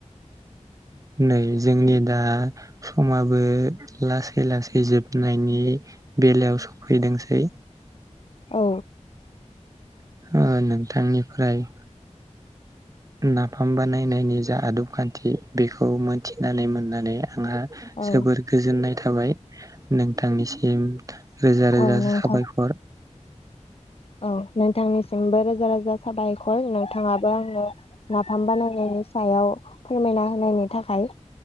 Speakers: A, on the right; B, on the left.
A: नै जोंनि दा समाबो लासै लासै जोबनायनि बेलायाव सफैदोंसै
B: औ।
A: ओ नोंथांनिफ्राय नाफाम बानायनायनि जा आदब खान्थि बेखौ मोनथिनानै मोननानै आंहा
B: औ
A: जोबोर गोजोननाय थाबाय नोंथांनिसिम रोजा रोजा
B: औ नोंथां
A: साबायखर।
B: औ नोंथांनिसिमबो रोजा रोजा साबायखर नोंथाङाबो आंनो नाफाम बानायनायनि सायाव फोरमायना होनायनि थाखाय।